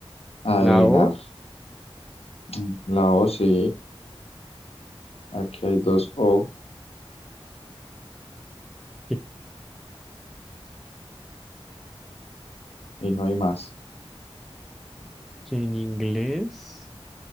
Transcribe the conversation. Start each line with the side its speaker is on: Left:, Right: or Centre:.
Left: adivinar.
Centre: La O.
Left: Mm, La O sí. Aquí hay dos O
Centre: qué
Left: y no hay más.
Centre: que en inglés?